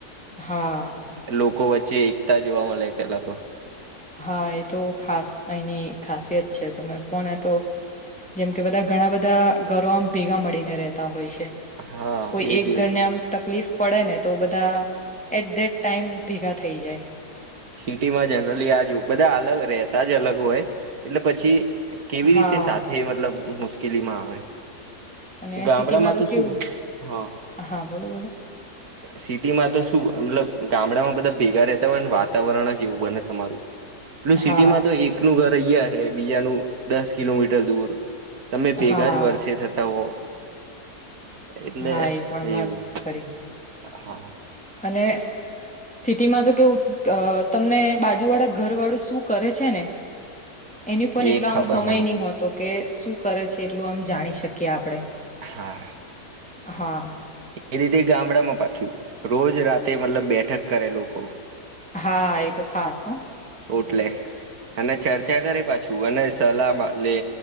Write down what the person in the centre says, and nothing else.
હા,
હા એ તો ખાસ એની ખાસિયત છે તમે કોને તો જેમ કે બધા ઘણા બધા ઘરો આમ ભેગા મળીને રહેતા હોય છે
કોઈ
એક
ઘરને આમ તકલીફ પડે ને તો બધા એટ દેટ ટાઈમ ભેગા થઈ જાય
હા,
અને
સિટીમાં
કેવું
હા, બોલો, બોલો.
હા,
હા,
હા એ પણ વાત
ખરી
અને સિટીમાં તો કેવું તમને બાજુ વાળા ઘર વાળું શું કરે છે ને એની પણ
એટલો આમ
સમય
નહ હોતો કે શું કરે છે એટલું આમ જાણી શકીએ આપડે
હા
હા એ તો ખાસ હ